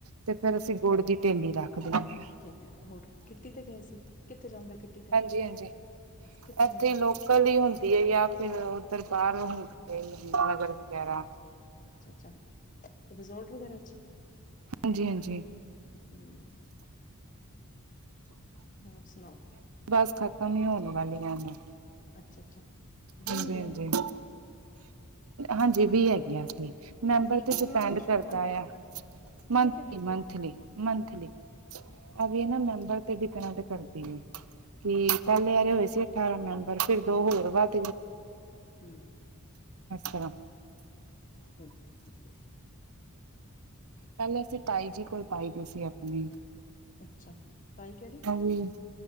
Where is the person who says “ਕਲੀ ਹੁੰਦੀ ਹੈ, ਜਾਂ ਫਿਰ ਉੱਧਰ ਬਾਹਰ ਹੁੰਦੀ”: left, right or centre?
Right